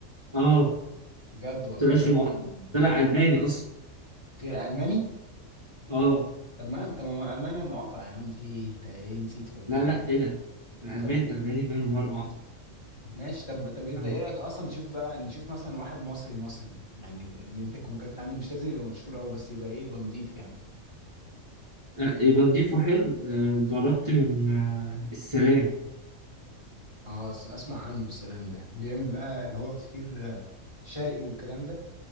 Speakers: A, on the right (about 20°); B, on the left (about 20°).
A: اه
B: بجد والله
A: طلعش
B: ايه
A: مقاطعة
B: يا عم ده
A: طلع
B: كان-
A: ألماني أصلا
B: ده الماني
A: اه
B: طب ما انت ما ما انا مقاطع يا عم في ايه انت ايه نسيت ولا
A: لا
B: ايه
A: لا إيه ده الألماني
B: طب
A: ألماني ماله مال مقاطعة
B: ماشي طب طب انت
A: أم-
B: ايه رايك اصلا نشوف بقى نشوف مثلا واحد مصري مصري يعني اللي انت تكون كاتب عنه مش لازم يبقى مشهور قوي بس يبقى ايه يبقى نضيف يعني
A: آه، يبقى نضيفه حلو آه، جربت من آه، السلام
B: اه س- اسمع عنه السلام ده بيعمل بقى اللي هو فطير آه، شرقي والكلام ده